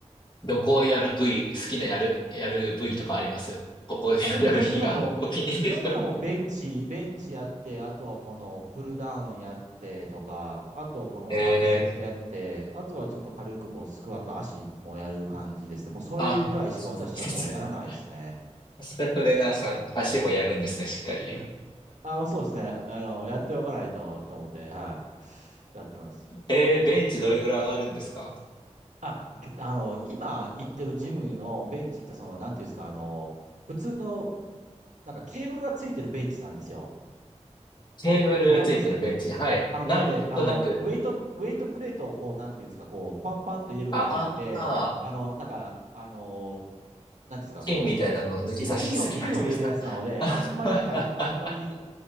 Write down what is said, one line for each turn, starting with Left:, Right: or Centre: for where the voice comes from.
Left: どこをやる部位、好きなやる、やる部位とかありますここをやる日がお気に入りです。
Right: あ、もう基本的にはもう、基本的にはもうベンチ、ベンチやって、あとはこのプルダウンやってとか、あとこのバイセプトやって、
Left: えー、
Right: あとはちょっと軽くこうスクワット、足もやる感じですね。もうそれぐらいしか私はもうやらないですね。
Left: あ、さすが、さすがトレーナーさん、足もやるんですね、しっかり。
Right: あ、まあそうですね。あの、やっておかないとと思って、はい。やってます。
Left: えー、
Right: はい。
Left: ベンチどれぐらい上がるんですか
Right: あ、ぎあの、今行ってるジムのベンチって、その、なんていうんですか、あの、普通の、なんかケーブルがついてるベンチなんですよ。
Left: テーブルがついてるベンチ。
Right: わかります
Left: はい。
Right: あの、
Left: なんとなく、
Right: なので、あの、ウェイト、ウェイトプレートをこう、なんていうんですか、こう、パンパンと入れるんじゃなくて、
Left: ああ、
Right: あの、なんか、あの、なんていうんですか、
Left: 金みたいなのを抜き差しするやつですか。
Right: この、ピピンを、ピンを入れるやつなので、
Left: <laughs>
Right: あんまりなんか、あんまり